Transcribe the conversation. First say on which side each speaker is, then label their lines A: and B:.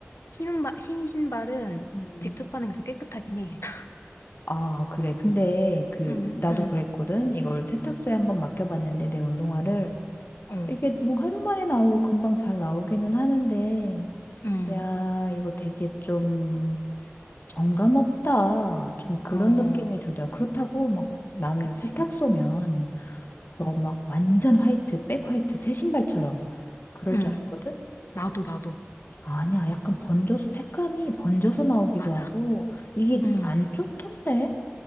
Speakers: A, on the left; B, on the left.
A: 흰, 운바, 흰 신발은
B: 음,
A: 직접 바는 게 더 깨끗하긴 해. <laughs>
B: 아, 그래. 근데 그
A: 응,
B: 나도
A: 응,
B: 그랬거든. 이걸 세탁소에 한번 맡겨봤는데 내 운동화를
A: 어,
B: 이게 뭐 하루 만에 나오고 금방 잘 나오기는 하는데
A: 응,
B: 야, 이거 되게 좀 정감 없다. 좀 그런
A: 어,
B: 느낌이 들더라. 그렇다고 막 나는
A: 그치.
B: 세탁소면 더
A: 어,
B: 막 완전 화이트, 백 화이트, 새 신발처럼 그럴
A: 응.
B: 줄 알았거든?
A: 나도, 나도.
B: 아니야. 약간 번져서, 색감이 번져서 나오기도
A: 맞아.
B: 하고, 이게
A: 응,
B: 안 좋던데?